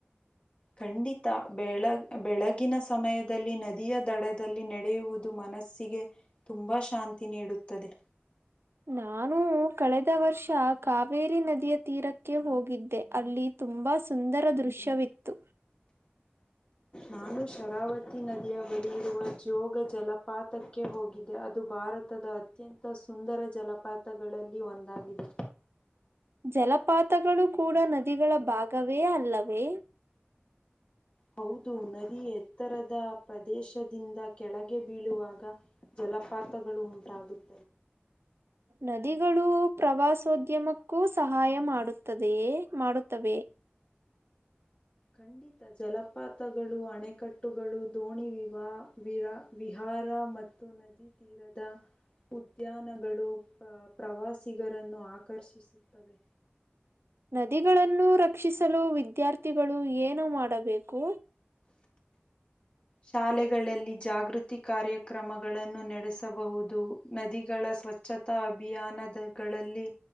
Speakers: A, on the left; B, on the right.
A: ಖಂಡಿತ ಬೆಳ ಬೆಳಗಿನ ಸಮಯದಲ್ಲಿ ನದಿಯ ದಡದಲ್ಲಿ ನಡೆಯುವುದು ಮ ಮನಸ್ಸಿಗೆ ತುಂಬಾ ಶಾಂತಿ ನೀಡುತ್ತದೆ
B: ನಾನು ಕಳೆದ ವರ್ಷ ಕಾವೇರಿ ನದಿಯ ತೀರಕ್ಕೆ ಹೋಗಿದ್ದೆ ಅಲ್ಲಿ ತುಂಬಾ ಸುಂದರ ದೃಶ್ಯವಿತ್ತು
A: ನಾನು ಶರಾವತಿ ನದಿಯ ಬಳಿ ಇರುವ ಜೋಗ ಜಲಪಾತ <inaudible> ಅದಕ್ಕೆ ಹೋಗಿದೆೆ ಅದು ಭಾರತದ ಅತ್ಯಂತ ಸುಂದರ ಜಲಪಾತಗಳಲ್ಲಿ ಒಂದಾಗಿದೆ
B: ಜಲಪಾತಗಳು ಕೂಡ ನದಿಗಳ ಭಾಗವೇ ಅಲ್ಲವೇ
A: ಹೌದು ನದಿ ಎತ್ತರದ ಪ್ರದೇಶದಿಂದ ಕೆಳಗೆ ಬೀಳುವಾಗ ಜ ಜಲಪಾತಗಳು ಉಂಟಾಗುತ್ತೆ
B: ನದಿಗಳು ಪ್ರವಾಸೋದ್ಯಮಕ್ಕೂ ಸಹಾಯ ಮಾಡುತ್ತದೆಯೇ ಮಾಡುತ್ತವೆ
A: ಖಂಡಿತ ಜಲಪಾತಗಳು ಅಣೆಕಟ್ಟುಗಳು ದೋಣಿ ವಿವಾ ವಿ ವಿಹಾ ವಾರ ಮತ್ತು ನದಿ ತೀರದ ಉದ್ಯಾನಗಳು ಪ್ರ ಪ್ರವಾಸಿಗರನ್ನು ಆಕರ್ಷಿಸುತ್ತವೆ
B: ನದಿಗಳನ್ನು ರಕ್ಷಸಲು ವಿದ್ಯಾರ್ಥಿಗಳು ಏನು ಮಾಡಬೇಕು
A: ಶಾಲೆಗಳಲ್ಲಿ ಜಾಗೃತಿ ಕಾರ್ಯ ಕ್ರಮಗಳನ್ನು ನಡೆಸಬಹುದು ನದಿ ಗಳ ಸ್ವಚ್ಛತಾ ಅಭಿಯಾನದಗಳಲ್ಲಿ